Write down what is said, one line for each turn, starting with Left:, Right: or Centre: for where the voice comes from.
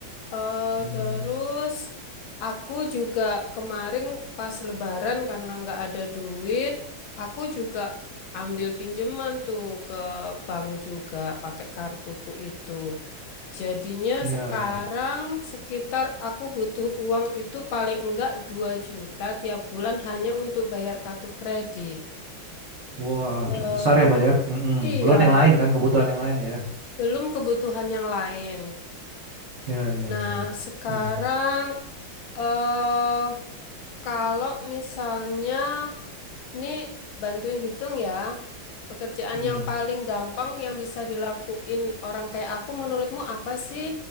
Left: eh
Right: Hmm.
Left: terus aku juga kemarin pas lebaran karena nggak ada duit, aku juga ambil pinjaman tuh ke bank juga pakai kartuku itu. Jadinya
Right: Iya,
Left: sekarang
Right: iya.
Left: sekitar aku butuh uang itu paling enggak 2 juta tiap bulan hanya untuk bayar kartu kredit.
Right: Wah,
Left: Eh,
Right: cukup besar ya Mbak ya. Mm-mm.
Left: iya,
Right: Belum yang lain kan kebutuhan yang lain ya.
Left: belum kebutuhan yang lain.
Right: Ya, ya,
Left: Nah,
Right: ya.
Left: sekarang
Right: Hmm.
Left: eh kalau misalnya ini bantuin hitung ya, pekerjaan
Right: Mm.
Left: yang paling gampang yang bisa dilakuin orang kayak aku menurutmu apa sih,